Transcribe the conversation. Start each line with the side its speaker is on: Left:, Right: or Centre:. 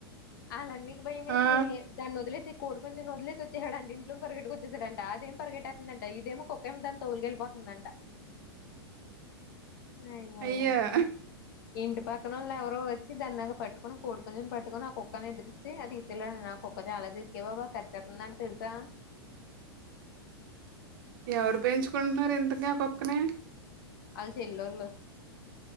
Left: ఆళ్ళన్నయకీ భయమేసీ
Right: ఆ!
Left: దాన్ని వదిలేస్ తి కోడి పుంజుని వదిలే వచ్చా అంట ఇంట్లో పగట్క వచ్చాడంట అదే పగెటుతుంద అంట ఇదేమ కుక్కేం దా తోలుకెలి పోతుందంట అయి బాబోయ్
Right: అయ్యో!
Left: ఇ ఇంటి పక్కనోళ్ళు ఎవరో వచ్చి దాన్ని పట్టుకొని కోడి పుంజుని పట్టుకొని ఆ కుక్కను ఎదురిచ్చీ ఇగ తీసుకెళ్ళాడి. ఆ కుక్క చాలా రిస్కే బాబు కరిచేస్తుతుందంట తెల్ సా
Right: ఎవరు పెంచుకుంటున్నారు ఇంతకీ ఆ కుక్కనీ.
Left: ఆళ్ళ చెల్లోళ్ళు.